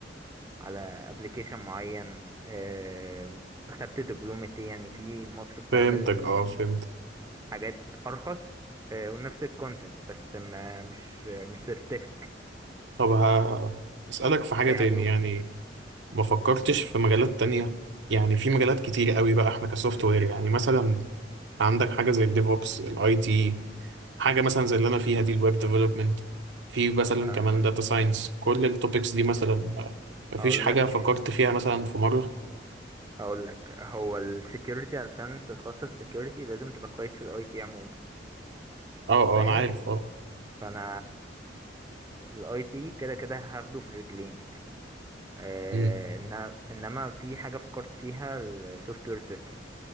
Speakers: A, on the right; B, on the right.
A: على ابلكيشن معين آه، خدت دبلومة ايه يعني في مصر بتعمل
B: فهمتك اه فهمت
A: حاجات ارخص آه، ونفس الكونتنت بس ما مش مش سيرتيفيك
B: طب ه... اسألك في حاجة
A: بيعدوها
B: تاني يعني ما فكرتش
A: و-
B: في مجالات تانية يعني في مجالات كتير قوي بقى احنا كسوفت وير يعني مثلا عندك حاجة زي الديفوبس الاي تي حاجة مثلا زي اللي انا فيها دي الويب ديفلوبمنت في مثلا
A: آه،
B: كمان داتا ساينس كل التوبكس دي مثلا آه، مفيش
A: هقول
B: حاجة
A: لك
B: فكرت فيها مثلا في مرة
A: هقول لك هو السكيورتي علشان تتخصص سكيورتي لازم تبقى كويس في الاي تي عموما
B: اه
A: فاهم
B: اه انا عارف اه
A: فانا الاي تي كده كده هاخده في الرجلين آه،
B: مم.
A: إن- انما في حاجه فكرت فيها السوفت وير تيستنج